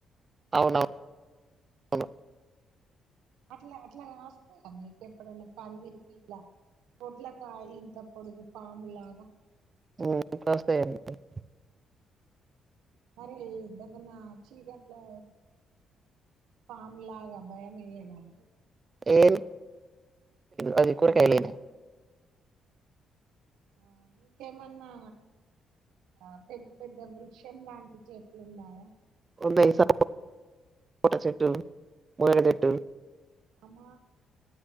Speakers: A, on the right; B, on the right.
A: అవునవును అవును
B: అట్లా అట్లా వస్తాయా మీకెప్పుడైనా పందిరికి ఇలా పొట్ల కాయ. ఇంత పొడుగు పాములాగా
A: <unintelligible>
B: మరి ఆమె అన చీకటిలో పాము భయం వేయధ అండి
A: ఏ అది కూర కలి
B: ఆ ఇంకేమన్నా ఆ పెద్ద పెద్ద వృక్షం లాంటి చెట్లు ఉన్నాయా
A: బైసా పడట్టు ముడ తట్టు
B: అమా